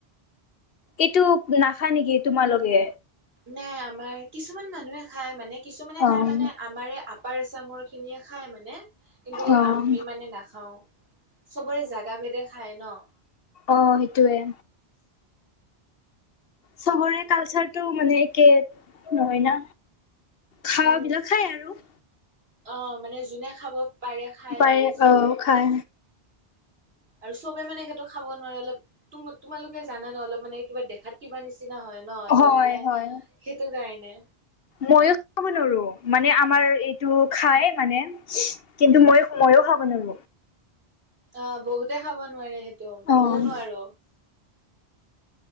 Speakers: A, on the left (about 65°); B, on the right (about 65°).
A: এইটো নাখা নেকি তোমালোকে?
B: নাই আমাৰ কিছুমান মানুহে খাই মানে কিছুমানে
A: অ',
B: খাই মানে আমাৰে আপাৰ আচামৰ, খিনিয়ে খায় মানে কিন্তু
A: অ',
B: আমি মানে নাখাওঁ। চবৰে জাগা ভেদে খায় ন।
A: অ'সেইটোৱে। চবৰে কালচাৰটো মানে একে নহয় না। খাৱা
B: উম,
A: বিলাক খায় আৰু।
B: অ, মানে যোনে খাব পাৰে খায়
A: পাৰে
B: আৰু।
A: অ', খাই।
B: আৰু চবে মানে সেইহটো খাব নোৱাৰে অলপ তোমালোকে জানা ন অলপ মানে কিবা দেখাত কিবা নিচিনা। নিচিনা হয় ন
A: হয়,
B: ত মানে
A: হয়।
B: সেইটো কাৰণে।
A: ময়ো খাব নোৱাৰো মানে আমাৰ এইটো খাই মানে কিন্তু মই ময়ো খাব নোৱাৰো।
B: অ, বহুতে খাব নোৱাৰে সেইটো
A: অ'।
B: ময়ো নোৱাৰো।